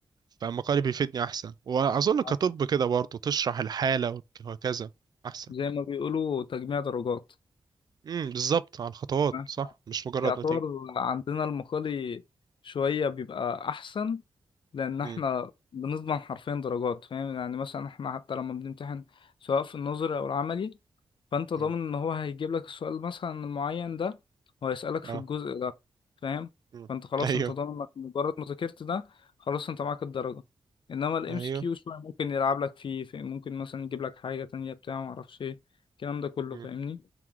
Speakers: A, on the right; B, on the left.
A: فمقالي بيفيدني احسن واظن
B: <laughs>
A: كطب كده برضه تشرح الحالة وك- وهكذا احسن
B: زي ما بيقولوا تجميع درجات
A: امم بالظبط على الخطوات
B: احنا
A: صح مش مجرد
B: يعتبر
A: نتيجة
B: عندنا المقالي شوية بيبقى أحسن لأن احنا
A: امم
B: بنضمن حرفيا درجات فاهم يعني مثلا احنا حتى لما بنمتحن سواء في النظري أو العملي فأنت ضامن
A: امم
B: إن هو هيجيب لك السؤال مثلا المعين ده وهيسألك في
A: اه
B: الجزء ده فاهم
A: امم
B: فأنت
A: <laughs>
B: خلاص
A: ايوه
B: أنت ضامن إنك مجرد ما ذاكرت ده خلاص أنت معاك الدرجة إنما ال MCQ
A: ايوه
B: شوية ممكن يلعب لك فيه في- ممكن مثلا يجيب لك حاجة تانية بتاع معرفش إيه الكلام ده كله
A: امم.
B: فاهمني؟